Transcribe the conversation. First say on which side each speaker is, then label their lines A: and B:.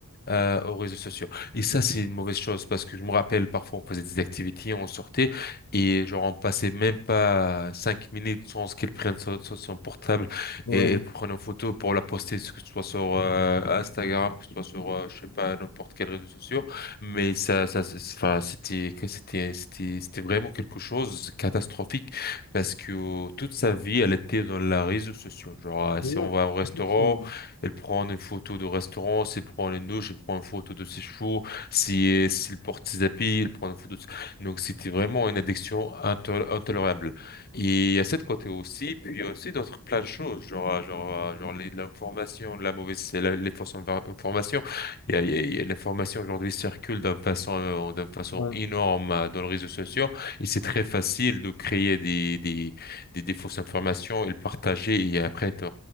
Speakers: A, on the left; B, on the left.
A: euh, aux réseaux sociaux. Et ça, c'est une mauvaise chose parce que je me rappelle, parfois, on faisait des activités, on sortait et genre, on passait même pas cinq minutes sans qu'elle prenne son, son- son portable
B: Ouais,
A: et elle prenne une photo pour la poster, que ce soit sur euh, Instagram, que ce soit sur, euh, je sais pas, n'importe quel réseau social. Mais ça, ça, c'est- c'est- enfin, c'était, que c'était, c'était, c'était vraiment quelque chose de catastrophique parce que euh, toute sa vie, elle était dans les réseaux sociaux. Genre, euh,
B: ouais,
A: si on va au restaurant,
B: effectivement.
A: elle prend une photo de restaurant, elle prend une douche, elle prend une photo de ses chevaux, si, s'il porte ses habits, elle prend une photo de... Donc c'était vraiment une addiction intol- intolérable. Et il y a cette côté aussi, puis il y a aussi d'autres plein de choses, genre, euh, genre, euh, genre les- l'information, la mauvaise, la- les fausses infor- informations. Il y a, il y a- il y a- l'information aujourd'hui circule d'une façon, euh, d'une façon
B: Ouais.
A: énorme euh, dans les réseaux sociaux et c'est très facile de créer des, des, des, des fausses informations et le partager et après tu